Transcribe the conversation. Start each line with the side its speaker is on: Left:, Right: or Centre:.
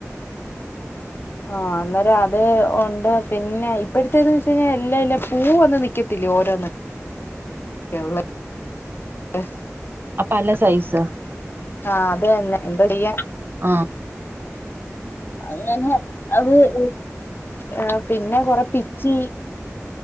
Left: ആ അന്നേരം അത് ഒണ്ട് പിന്നെ ഇപ്പഴത്തേന്ന് വെച്ചഴിഞ്ഞാ എല്ലാ അയ്ൻ്റ പൂവ് ഒന്നും നിക്കത്തില്ല ഓരോന്ന് ക് ള്ളെ ഹെ
Right: അപ്പല സൈസ
Left: ആ അത് ന്നെ എന്താ ചെയ്യാ
Right: ആഹ്
Left: അങ്ങനെ അത് <unintelligible> ഏ പിന്നെ കൊറെ പിച്ചി